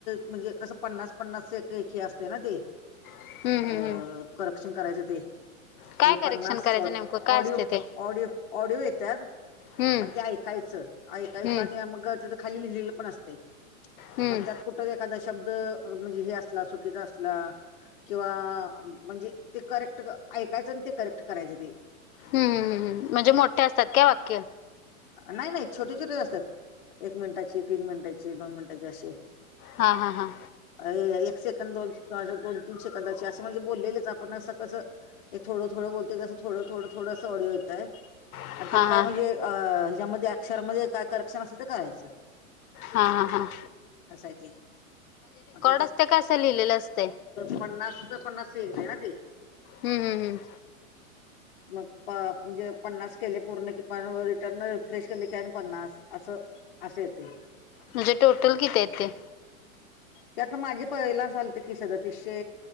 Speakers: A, on the left; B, on the left.
A: म्हणजे कसं पन्नास-पन्नास एक एकी असते ना ते
B: हम्म हम्म
A: अ
B: हम्म
A: करेक्शन करायचं ते
B: काय
A: म्हणजे
B: करेक्शन
A: पन्नास
B: करायचं
A: ऑडिओ-ऑडिओ-ऑडिओ
B: नेमकं काय असते ते
A: येतात.
B: हम्म
A: आणि ते ऐकायचं-ऐकायचं
B: हम्म
A: आणि मग तेथ खाली लिहिलेलं पण असते
B: हम्म
A: मग त्यात कुठ एखादा शब्द म्हणजे हे असला चुकीचा असला किंवा म्हणजे ते करेक्ट ऐकायचं आणि ते करेक्ट करायचं ते.
B: हम्, म्हणजे मोठे असतात का वाक्य?
A: नाही-नाही, छोटे-छोटे असतात. एक मिनिटाची, तीन मिनिटाची, दोन मिनिटाची, असे.
B: हा-हा-हा
A: अ एक सेकंद दोन-तीन शेकंदाचे असं म्हणजे बोललेलेच आपण असं कसं एक थडं थोड बोलतेसं ग आस थोड थोड थोडस ऑडओ येतंय.
B: हा
A: आणि त्यात काय
B: हा
A: म्हणजे अ ह्याच्यामध्ये अक्षर मध्ये काय करेक्शन असतं ते करायचं.
B: हा-हा-हा.
A: आस आहे ते, तर
B: असते का असं लिहिलेलं असते
A: पन्नास ते पन्नास ते येतेय ना ते.
B: हम्-हम्-हम
A: मग म्हणजे पन्नास केले पूर्ण कि प रिटर्न रिफ्रेश केले की आणि पन्नास असं. अस येतयं.
B: म्हणजे टोटल किती आहेत ते.
A: ते आता माझे पहिला झालत की सदत्तीशे,